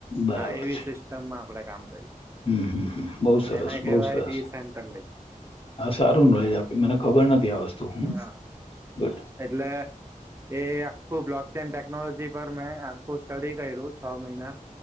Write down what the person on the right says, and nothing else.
હા એવી
સિસ્ટમ માં આપડે કામ
એને કેહેવાય
ડીસેન્ટલ
હા
એટલે એ આખું બ્લોક ચેન ટેકનોલોજી પર મેં આખું સ્ટડી કર્યું છ મહિના